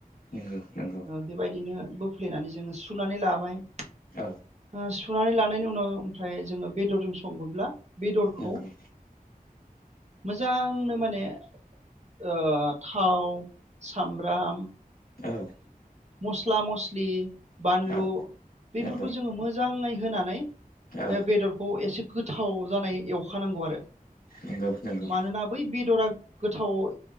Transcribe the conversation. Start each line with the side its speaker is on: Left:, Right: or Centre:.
Left: नंगौ नंगौ
Right: ओ बेबायदिनो बोफ्लेनानै जोङो सुनानै लाबाय। ओ
Left: औ
Right: सु सुनानै लानायनि उनाव ओमफ्राय जोङो बेदरजों संगोनब्ला बेदरखौ
Left: नंगौ
Right: मोजांनो माने ओ थाव सामब्राम
Left: औ
Right: मस्ला मस स्लि बानलु
Left: औ
Right: बेफोरखौ
Left: नंगौ
Right: जोङो मोजाङै होनानै ओ
Left: औ
Right: बेदरखौ एसे गोद थाव जानाय एवखा नां मानोना
Left: नंगौ नंगौ
Right: बै बेदरा गोथाव ओ